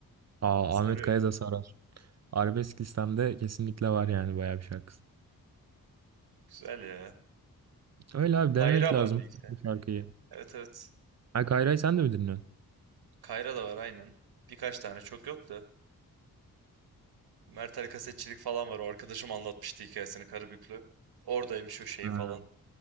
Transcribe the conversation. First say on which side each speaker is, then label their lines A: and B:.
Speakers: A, on the right; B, on the right.
A: Aa,
B: Sarıyor.
A: Ahmet Kaya da sarar. Arabesk listemde kesinlikle var yani bayağı bir şarkısı.
B: Güzel ya.
A: Öyle abi denemek
B: Kayra
A: lazım
B: var bir iki tane.
A: bu şarkıyı.
B: Evet evet.
A: Ha Kayra'yı sen de mi dinliyorsun?
B: Kayra da var aynen. Birkaç tane çok yok da. Mertel kasetçilik falan var. O arkadaşım anlatmıştı hikayesini Karabüklü. Oradaymış o şey
A: Ha.
B: falan.